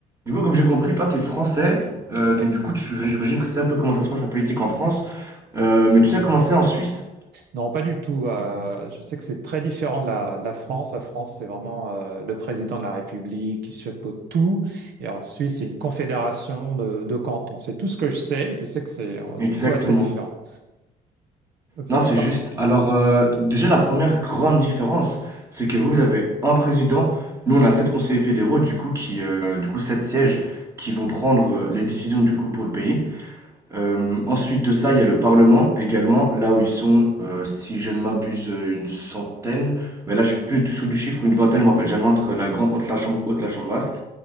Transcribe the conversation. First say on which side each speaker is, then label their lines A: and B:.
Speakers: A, on the right (about 20°); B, on the right (about 75°).
A: Du coup, comme j'ai compris, toi, t'es français, euh, donc
B: Oui.
A: du coup, tu- j'imagine que tu sais un peu comment ça se passe la politique en France, euh, mais tu sais comment c'est en Suisse?
B: Non, pas du tout. Euh, je sais que c'est très différent de la, de la France. La France, c'est vraiment euh, le président de la République qui chapeaute tout. Et en Suisse, c'est une confédération de, de cantons. C'est tout ce que je sais. Je sais que c'est euh,
A: Exactement.
B: du coup assez différent. Ok.
A: Non,
B: Et
A: c'est
B: comme-
A: juste. Alors, euh, déjà, la première grande différence, c'est que vous, vous avez un président, nous, on a sept conseillers fédéraux, du coup, qui, euh, du coup, sept sièges qui vont prendre euh, les décisions, du coup, pour le pays. Euh, ensuite de ça, il y a le Parlement également, là où ils sont, euh, si je ne m'abuse, euh, une centaine, mais là, je suis plus du tout sûr du chiffre, une vingtaine, je ne me rappelle jamais, entre la grande, entre la chambre haute, la chambre basse.